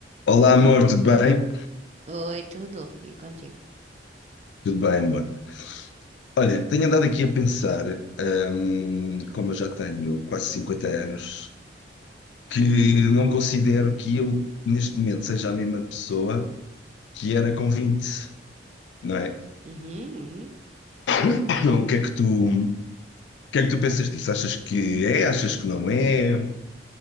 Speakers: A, on the left; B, on the right.
A: Olá, amor, tudo bem?
B: Oi, tudo? E contigo?
A: Tudo bem, amor. Olha, tenho andado aqui a pensar, hum, como eu já tenho quase 50 anos, que não considero que eu, neste momento, seja a mesma pessoa que era com 20, não é?
B: Uhum, uhum.
A: <coughs> <clears throat> O que é que tu, o que é que tu pensas disso? Achas que é? Achas que não é?